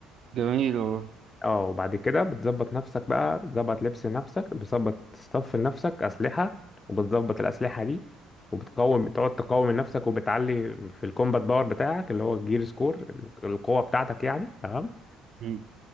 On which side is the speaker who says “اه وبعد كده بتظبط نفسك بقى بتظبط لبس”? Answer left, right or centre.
Left